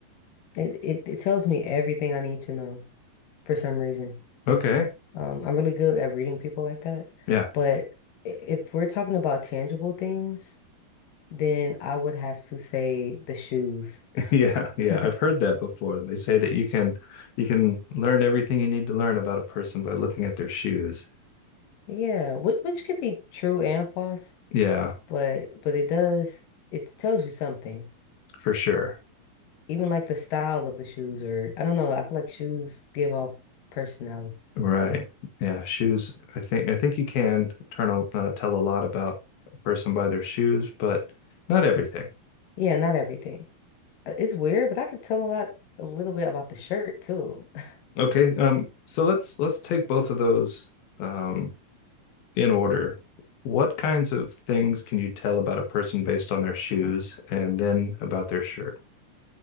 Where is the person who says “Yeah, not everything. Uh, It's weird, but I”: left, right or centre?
Left